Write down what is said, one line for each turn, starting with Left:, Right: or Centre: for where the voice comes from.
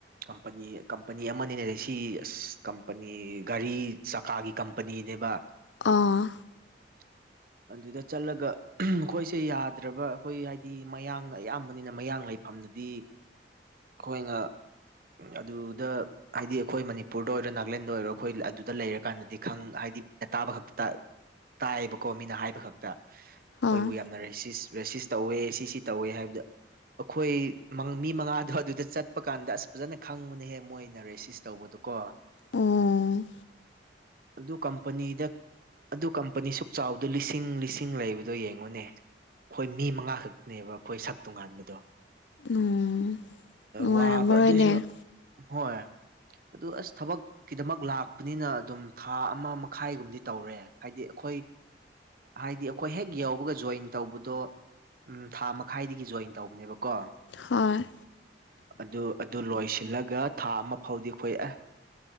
Right: ꯀꯝꯄꯅꯤ ꯀꯝꯄꯅꯤ ꯑꯃꯅꯦ ꯁꯤ ꯑꯁ ꯀꯝꯄꯅꯤ ꯒꯥꯔꯤ ꯆꯀꯥꯒꯤ ꯀꯝꯄꯅꯤꯅꯦꯕ
Left: ꯑꯥ
Right: <inaudible> ꯑꯗꯨꯗ ꯆꯠꯂꯒ ꯃꯈꯈꯣꯏꯁꯦ ꯌꯥꯗ꯭ꯔꯕ ꯑꯩꯈꯣꯏ ꯍꯥꯏꯗꯤ ꯃꯌꯥꯡꯅ ꯑꯌꯥꯝꯕꯅꯤꯅ ꯃꯌꯥꯡ ꯂꯩ ꯃꯐꯝꯗꯨꯗꯤ ꯑꯩꯈꯣꯏꯅ ꯑꯗꯨꯗ ꯍꯥꯏꯗꯤ ꯑꯩꯈꯣꯏ ꯃꯅꯤꯄꯨꯔꯗ ꯑꯣꯏꯔꯣ ꯅꯥꯒꯂꯦꯟꯗ ꯑꯣꯏꯔꯣ ꯑꯩꯈꯣꯏ ꯑꯗꯨꯗ ꯂꯩꯔꯀꯥꯟꯗꯗꯤ ꯈꯪ ꯍꯥꯏꯗꯤ ꯇꯥꯕ ꯈꯛꯇ ꯇꯥꯏꯌꯦꯕꯀꯣ ꯃꯤꯅ ꯍꯥꯏꯕ ꯈꯛꯇ ꯑꯩꯈꯣꯏꯕꯨ
Left: ꯍꯣꯏ
Right: ꯌꯥꯝꯅ ꯔꯦꯁꯤꯁꯇ꯭ ꯇꯧꯋꯦ ꯁꯤꯁꯤ ꯇꯧꯋꯦ ꯍꯥꯏꯕꯗ ꯑꯩꯈꯣꯏ ꯃꯤ ꯃꯉꯥꯗꯣ ꯑꯗꯨꯗ ꯆꯠꯄ ꯀꯥꯟꯗ ꯑꯁ ꯐꯖꯅ ꯈꯪꯕꯅꯍꯦ ꯃꯣꯏꯅ ꯔꯦꯁꯤꯁ ꯇꯧꯕꯗꯣ ꯀꯣ
Left: ꯑꯣ
Right: ꯑꯗꯨ ꯀꯝꯄꯅꯤꯗ ꯑꯗꯨ ꯀꯝꯄꯅꯤ ꯁꯨꯛ ꯆꯥꯎꯕꯗꯣ ꯂꯤꯁꯤꯡ ꯂꯤꯁꯤꯡ ꯂꯩꯕꯗꯣ ꯌꯦꯡꯉꯨꯅꯦ ꯑꯩꯈꯣꯏ ꯃꯤ ꯃꯉꯥ ꯈꯛꯇꯅꯦꯕ ꯑꯩꯈꯣꯏ ꯁꯛ ꯇꯣꯉꯥꯟꯕꯗꯣ
Left: ꯎꯝ ꯅꯨꯡꯉꯥꯏꯔꯝꯃꯔꯣꯏꯅꯦ
Right: ꯋꯥꯕ ꯑꯗꯨꯏꯁꯨ ꯍꯣꯏ ꯑꯗꯨ ꯑꯁ ꯊꯕꯛꯀꯤꯗꯃꯛ ꯂꯥꯛꯄꯅꯤꯅ ꯑꯗꯨꯝ ꯊꯥ ꯑꯃ ꯃꯈꯥꯏꯒꯨꯝꯗꯤ ꯇꯧꯔꯦ ꯍꯥꯏꯗꯤ ꯑꯩꯈꯣꯏ ꯍꯥꯏꯗꯤ ꯑꯩꯈꯣꯏ ꯍꯦꯛ ꯌꯕꯒ ꯖꯣꯏꯟ ꯇꯧꯕꯗꯣ ꯎ ꯊꯥ ꯃꯈꯥꯏꯗꯒꯤ ꯖꯣꯏꯟ ꯇꯧꯕꯅꯦꯕꯀꯣ
Left: ꯍꯣꯏ
Right: ꯑꯗꯨ ꯑꯗꯨ ꯂꯣꯏꯁꯤꯜꯂꯒ ꯊꯥ ꯑꯃ ꯐꯥꯎꯗꯤ ꯑꯩꯈꯣꯏ ꯑꯦ